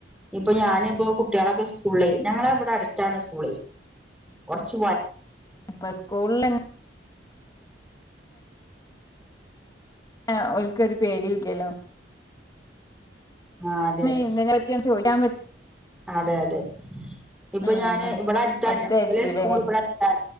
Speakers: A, in the centre; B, on the left.
A: ഇപ്പൊ ഞാനിപ്പോ കുട്ടികളൊക്കെ സ്കൂളിലെ ഞങ്ങള ഇവിടെ അടുത്താണ് സ്കൂള് കുറച്ച്
B: അപ്പൊ സ്കൂളിൽ ആ ഓൽക്കൊരു പേടിയല്ലല്ലോ
A: ആഹ അതെ അതെ
B: ഇതിനെ പറ്റി ഒന്ന് ചോദിക്കാൻ പറ്റ
A: അതെ അതെ ഇപ്പൊ
B: ആഹ്
A: ഞാന് ഇവിടെ അടുത്താ
B: അടുത്തായിരിക്കുംല്ലേ
A: ഒലെ സ്കൂൾ ഇവിടെ അടുത്താ